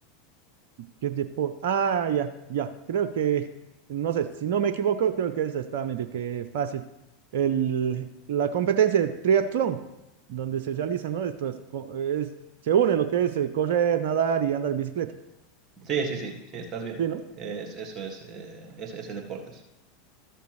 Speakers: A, on the right (about 65°); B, on the right (about 35°).
A: ¿Qué tipo. Ah, ya, ya. Creo que, no sé, si no me equivoco, creo que esa está medio que fácil. El, la competencia de triatlón, donde se realiza, ¿no? Esto es, co- es- se une lo que es eh, correr, nadar y andar en bicicleta.
B: Sí, sí, sí, sí, estás bien.
A: ¿Sí, no?
B: Es- eso es, eh, ese, ese deporte es.